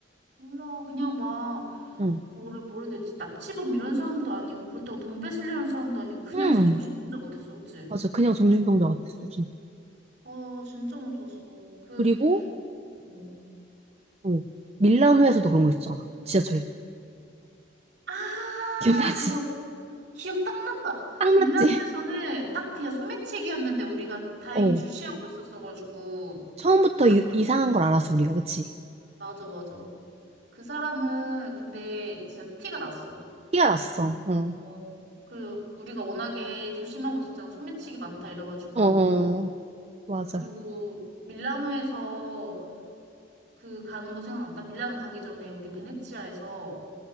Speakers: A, on the right; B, on the right.
A: 몰라. 그냥 막,
B: 응,
A: 뭐래, 뭐래 되지? 납치범 이런 사람도 아니고, 그렇다고 돈 뺏으려는 사람도 아니고, 그냥
B: 응,
A: 진짜 정신병자 같았어, 그치?
B: 맞아. 그냥 정신병자 같았어, 진짜.
A: 와, 진짜 무서웠어. 그,
B: 그리고,
A: 음.
B: 어, 밀라노에서도 그런 거 있었잖아. 지하철에서.
A: 아,
B: 기억나지?
A: 그거 기억 딱 났다.
B: <laughs> 딱
A: 밀라노에서는
B: 맞지?
A: 딱 그냥 소매치기였는데 우리가 다행히
B: 어,
A: 주시하고 있었어가지고.
B: 처음부터
A: 안
B: 이,
A: 걸렸지.
B: 이상한 걸 알았어, 우리가. 그치?
A: 맞아, 맞아. 그 사람은 근데 진짜 티가 났어.
B: 티가 났어. 어,
A: 어. 그리고 우리가 워낙에 조심하고 있었잖아. 소매치기 많다 이래가지고.
B: 어, 어, 맞아.
A: 그리고 밀라노에서 그 가는 거 생각난다. 밀라노 가기 전에 우리 베네치아에서